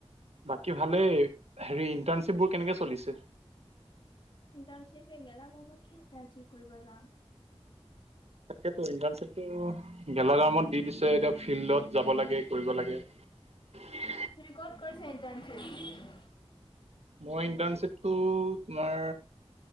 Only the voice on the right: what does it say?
কি ভালে হেৰি ইন্টাৰ্ণশ্বিপ বোৰ কেনেকে চলিছে।
তাকেতো ইণ্টাৰশিপটো গেলা গৰমত দি দিছে এতিয়া ফিল্ডত যাব লাগে কৰিব লাগে উ <unintelligible>
মই ইণ্টাৰ্ণশ্বিপটো তোমাৰ